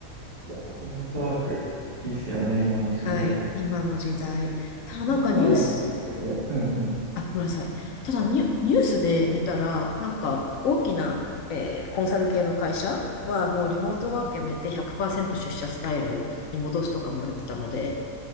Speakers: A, on the right; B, on the left.
A: やー、リモートワーク、いいっすよね、今の時代。
B: はい。今の時代。ただなんかニュース、
A: コロナのおかげで。うんうん。い
B: あ、ごめんなさい。
A: いっすね。
B: ただニュ、ニュースで見たら、なんか大きな、えーコンサル系の会社はもうリモートワークやめて100%出社スタイルをに戻すとかもやってたので、